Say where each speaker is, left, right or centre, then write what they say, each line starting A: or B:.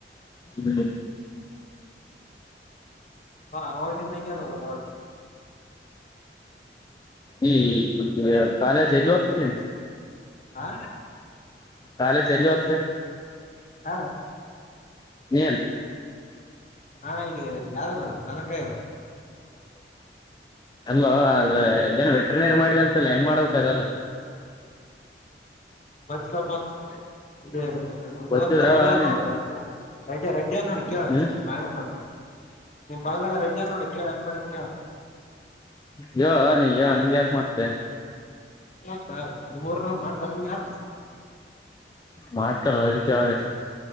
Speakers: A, on the left; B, on the left.
A: ಹ್ಮ್
B: ಆವಾಗ್ಲಿಂದ ಹಿಂಗೆ ಅದಾವ ರೋಡ್ <inaudible>
A: ಈ <unintelligible> ಕಾಲೇಜ್ ಎಲ್ಲಿ ಹೋಗ್ತರಿ ನಿವು
B: ಹಾ
A: ಕಾಲೇಜ್ ಎಲ್ಲಿ ಒದ್ದೆ
B: ಯಾರು
A: ಏನ್
B: ಹಾ ಇಲ್ಲಿ <unintelligible> ದನ ಕಾಯೋನು
A: ಅಲ್ಲೋ ಅದ ಅಲ್ಲೇನೋ ವೆಟ್ರನರಿ ಮಾಡಿ ಅಂತಲ್ಲ ಏನ್ ಮಾಡಬೇಕ್ ಅದಲ್ಲ
B: <inaudible> ಮತ್ತಪ <unintelligible> <unintelligible> ನಮ
A: ಗೊತ್ತಿದ್ರ
B: ದೋಸ್ತ
A: ಹೇಳ
B: ಅ
A: ನೀನ್
B: ನೋಡುವ ರೈ ರೈಟ್ ಕೇಳ್ ನೋಡು ಕೇಳು
A: ಹ್ಮ್
B: ಕೇಳ ಮಾಡುತ್ತಾನ್ ನೀನ್ ಪಾರ್ಲರ್ರ್ ಇದ್ದಾನ ನೋಡು ಕೇಳು ಎಂಗ್ ಮಾಡೋದು ಕೇಳು
A: ಹೇಳೋ ಹೇಳು ಹಂಗ್ ಯಾಕ ಮಾಡ್ತೆ
B: ಆ ನಿಮ್ಮ ಊರ್ ನವ್ರು ಮಾಡ್ತಾರ ಇನ್ ಯಾರು
A: ಮಾಡ್ಕಳ ಅದಿಕ್ಕೆ ಆಯ್ತು